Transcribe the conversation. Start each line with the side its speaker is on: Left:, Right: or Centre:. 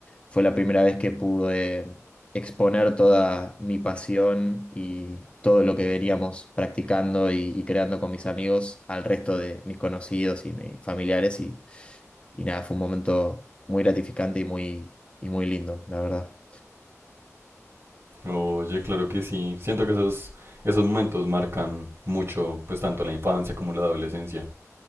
Left: fue la primera vez que pude exponer toda mi pasión y todo lo que veníamos practicando y, y creando con mis amigos al resto de mis conocidos y mis familiares y y nada, fue un momento muy gratificante y muy, y muy lindo, la verdad.
Right: Oye, claro que sí. Siento que esos, esos momentos marcan mucho, pues tanto la infancia como la adolescencia.